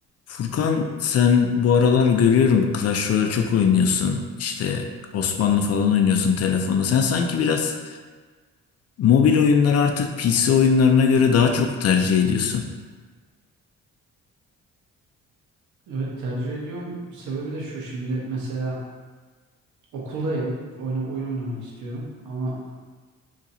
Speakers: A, on the left; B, on the right.
A: Furkan sen bu aralar görüyorum Clash Royale çok oynuyorsun. İşte Osmanlı falan oynuyorsun telefonda. Sen sanki biraz mobil oyunları artık PC oyunlarına göre daha çok tercih ediyorsun.
B: Evet tercih ediyorum. Sebebi de şu şimdi mesela okuldayım. Oyun, oyun oynamak istiyorum ama